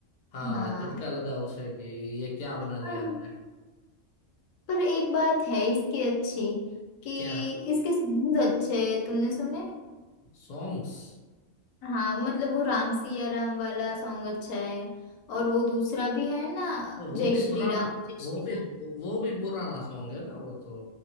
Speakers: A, on the left; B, on the left.
A: हाँ
B: हाँ
A: चटका लगा उसे कि ये क्या बना दिया
B: पर,
A: हमने
B: पर एक बात है इसकी अच्छी कि
A: क्या
B: इसके सॉन्ग अच्छे हैं तुमने सुने
A: सॉन्ग्स
B: हाँ मतलब वो राम सिया राम वाला सॉन्ग अच्छा है और वो दूसरा भी है ना
A: तो वो
B: जय
A: भी
B: श्री
A: पुराना
B: राम जय
A: वो
B: श्री
A: भी वो भी पुराना सॉन्ग है ना वो तो